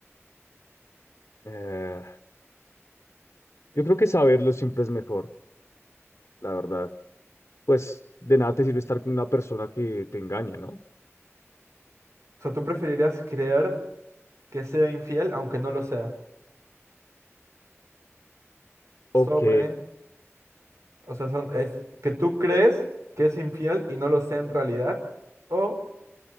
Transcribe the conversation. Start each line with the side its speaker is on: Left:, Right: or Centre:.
Left: Eh, yo creo que saberlo siempre es mejor, la verdad. Pues de nada te sirve estar con una persona que te engaña, ¿no?
Right: O sea, ¿tú preferirías creer que sea infiel aunque no lo sea? sobre,
Left: Ok.
Right: o sea, son, es que tú crees que es infiel y no lo sé en realidad, o